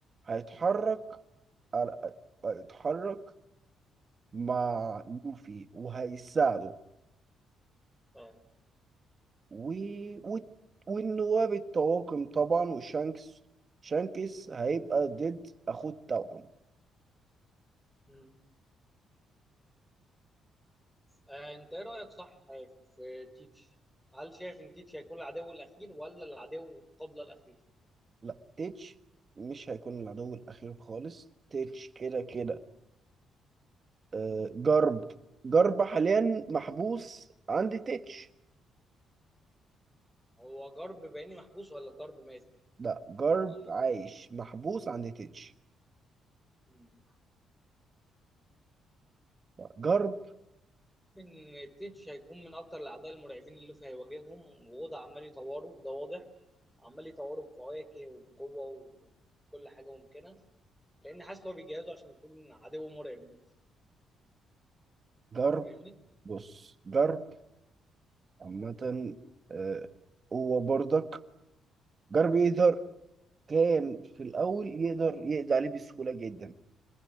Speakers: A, on the right (about 35°); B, in the centre.
A: هيتحرك على- هيتحرك مع
B: مم.
A: لوفي وهيساعده
B: اه
A: و... و... والنواب الطواقم طبعا وشانكس شانكس هيبقى ضد اخوه التوأم
B: مم. آه، انت ايه رايك صح في تيتش هل شايف ان تيتش هيكون العدو الاخير ولا العدو قبل الاخير
A: لا تيتش مش هيكون العدو الاخير خالص تيتش كده كده آه، جرب جرب حاليا محبوس عند تيتش
B: هو جرب بيني محبوس ولا جرب مات
A: لا جرب
B: انا ما
A: عايش
B: أظن-
A: محبوس عند تيتش
B: مم.
A: لا، جرب
B: ان تيتش هيكون من اكتر الاعداء المرعبين اللي لوفي هيواجههم ووضع عمال يطوره وده واضح عمال يطوره بفواكه وبقوه وكل حاجه ممكنه لان حاسس ان هو بيجهزه عشان يكون عدو مرعب للوفي
A: جرب
B: فاهمني
A: بص جرب عامة آه، هو برضك جار بيقدر كان في الأول يقدر يقضي عليه بسهولة جدا